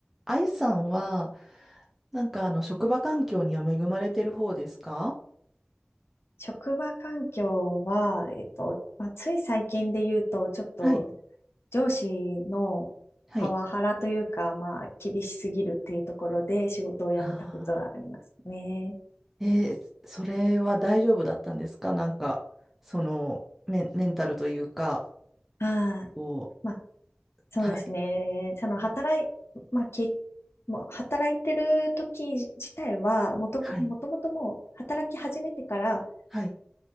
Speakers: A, in the centre; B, on the left (about 75°).
A: 愛さんは、なんかあの、職場環境には恵まれてる方ですか
B: 職場環境は、えっと、まあ、つい最近で言うと、ちょっと
A: はい。
B: 上司のパワハラというか、
A: はい。
B: まあ、厳しすぎるっていうところで仕事を辞めたことがありますね。
A: あーえーそれは大丈夫だったんですかなんか、その、メン、メンタルというか、
B: はい。
A: こ
B: まあ、そうですね。
A: う、はい。
B: その働い、まあ、き、もう働いてる時自体は、もと、
A: はい。
B: もともともう働き始めてから、
A: はい。